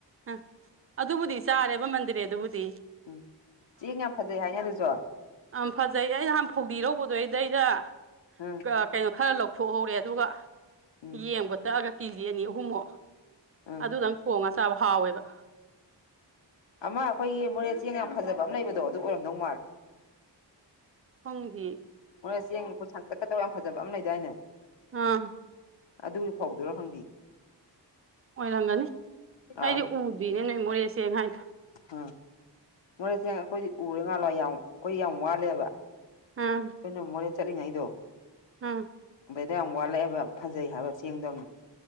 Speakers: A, on the right (about 35°); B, on the left (about 80°).
A: ꯑ ꯑꯗꯨꯕꯨꯗꯤ ꯆꯥꯔꯦꯕ ꯃꯟꯗꯤꯔꯦ ꯑꯗꯨꯕꯨꯗꯤ
B: ꯎꯝ ꯆꯦꯡ ꯌꯥꯝ ꯐꯖꯩ ꯍꯥꯏꯅꯤ ꯑꯗꯨꯁꯨ
A: ꯌꯥꯝ ꯐꯖꯩ ꯑꯩ ꯅꯍꯥꯟ ꯐꯧꯗꯤꯔꯧꯕꯗꯣ ꯑꯩꯗꯩꯗ
B: ꯑꯝ
A: ꯀꯩꯅꯣ ꯈꯔ ꯂꯧꯊꯣꯛꯍꯧꯔꯦ ꯑꯗꯨꯒ
B: ꯎꯝ
A: ꯌꯦꯡꯕ ꯇꯛꯑꯒ ꯀꯦꯖꯤ ꯑꯅꯤ ꯑꯍꯨꯝꯃꯨꯛ
B: ꯎꯝ
A: ꯑꯗꯨꯗꯪ ꯊꯣꯡꯉ ꯆꯥꯕ ꯍꯥꯎꯋꯦꯕ
B: ꯑꯃ ꯑꯩꯈꯣꯏꯒꯤ ꯃꯣꯔꯦ ꯆꯦ ꯌꯥꯝ ꯐꯖꯕ ꯑꯃ ꯂꯩꯕꯗꯣ ꯑꯗꯨ ꯑꯣꯏꯔꯝꯗꯧ ꯃꯥꯜꯂꯦ
A: ꯍꯣꯡꯗꯤ
B: ꯃꯣꯔ ꯆ ꯌꯦꯦꯡ ꯈꯨꯠ ꯁꯥꯡ ꯇꯛꯀꯗꯕ ꯌꯥꯝ ꯐꯖꯕ ꯑꯃ ꯂꯩꯗꯥꯏꯅꯦ
A: ꯑꯥ
B: ꯑꯗꯨꯒꯤ ꯐꯥꯎꯗꯨꯔꯣ ꯈꯪꯗꯤ
A: ꯑꯣꯏꯔꯝꯒꯅꯤ
B: ꯑꯥ
A: ꯑꯩꯗꯤ ꯎꯗ꯭ꯣꯏꯅꯦ ꯅꯣꯏ ꯃꯣꯔꯦꯁꯦ ꯍꯥꯏꯗ
B: ꯑ ꯃꯣꯔꯦꯁꯦ ꯑꯩꯈꯣꯏꯗꯤ ꯎꯔꯦ ꯉꯥꯜꯂꯣ ꯌꯥꯎ ꯑꯩꯈꯣꯏ ꯌꯥꯝ ꯋꯥꯠꯂꯦꯕ
A: ꯑꯥ
B: ꯑꯩꯅ ꯃꯣꯔꯦ ꯆꯠꯂꯤꯉꯩꯗꯣ
A: ꯑꯥ
B: ꯑꯗꯩꯗ ꯌꯥꯝ ꯋꯥꯠꯂꯛꯑꯦꯕ ꯌꯥꯝ ꯐꯖꯩ ꯍꯥꯏꯕ ꯆꯦꯡꯗꯣꯅꯦ